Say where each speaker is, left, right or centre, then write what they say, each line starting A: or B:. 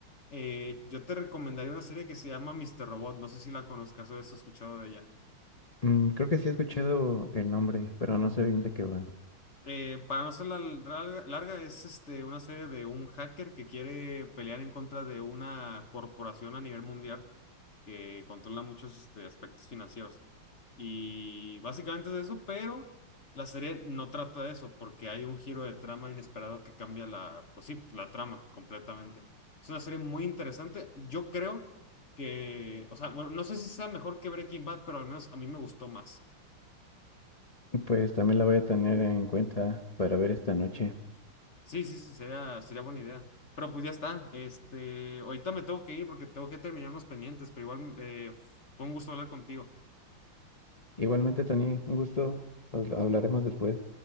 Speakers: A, on the left (about 40°); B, on the left (about 65°).
A: eh, yo te recomendaría una serie que se llama Mr. Robot, no sé si la conozcas o has escuchado de ella.
B: Mm, creo que sí he escuchado el nombre, pero no sé bien de qué va.
A: Eh, para no hacerla larga, larga, es este, una serie de un hacker que quiere pelear en contra de una corporación a nivel mundial que controla muchos este, aspectos financieros. Y básicamente es eso, pero la serie no trata de eso porque hay un giro de trama inesperado que cambia la, pues sí, la trama completamente. Es una serie muy interesante. Yo creo que, o sea, bueno, no sé si sea mejor que Breaking Bad, pero al menos a mí me gustó más.
B: Pues también la voy a tener en cuenta para ver esta noche.
A: Sí, sí, sí, sería, sería buena idea. Pero pues ya está. Este, ahorita me tengo que ir porque tengo que terminar unos pendientes, pero igual eh, fue un gusto hablar contigo.
B: Igualmente, Tony, un gusto. Nos hablaremos después.